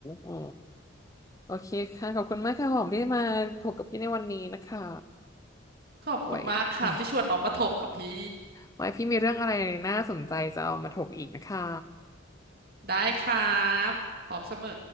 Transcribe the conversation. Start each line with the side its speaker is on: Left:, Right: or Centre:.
Left: อ๋อ โอเคค่ะขอบคุณมากค่ะหอมที่มาถกกับพี่ในวันนี้นะคะ
Right: ขอบคุณมากครับที่ชวนน้องมาถกกับพี่
Left: ไว้ไว้พี่มีเรื่องอะไรน่าสนใจจะเอามาถกอีกนะคะ
Right: ได้ครับพร้อมเสมอ